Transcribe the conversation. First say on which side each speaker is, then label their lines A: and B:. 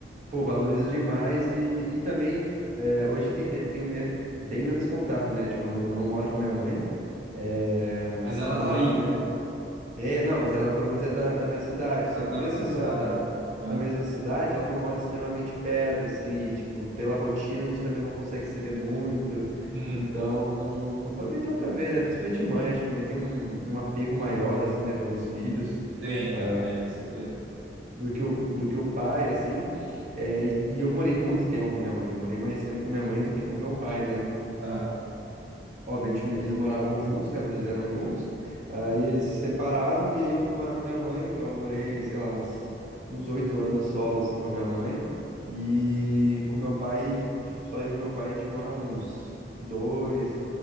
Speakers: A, on the right; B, on the right.
A: Pô, valorizo demais e, e também é, hoje tem, be- tenho me- bem menos contato, né? Tipo, eu não eu não moro com a minha mãe, é,
B: Mas ela
A: eu não
B: tá
A: moro
B: aí,
A: com a minha... É, não, mas ela pelo menos é da, da minha cidade, só
B: da
A: que
B: da
A: mesmo
B: mesma
A: sendo
B: cidade,
A: da, da,
B: né? Aham.
A: da mesma cidade, ela não mora extremamente perto, assim, e, tipo, pela rotina a gente também não consegue se ver muito,
B: Uhum.
A: então aproveitar pra ver, né? Principalmente mãe, acho que mãe tem um, um apego maior, assim, né, pelos filhos.
B: Tem,
A: Ah,
B: cara, tem, certeza.
A: do que o, do que o pai, assim. É, e, e eu morei muito tempo com minha mãe. Eu morei mais tempo com minha mãe do que com meu pai, né?
B: Aham.
A: Obviamente, eles moravam juntos, né? Quando eles eram juntos. Aí eles se separaram e aí eu fui morar com a minha mãe. Então eu morei, sei lá, uns uns oito anos solo, assim, com a minha mãe. E com meu pai, tipo, só eu e meu pai, a gente mora uns dois.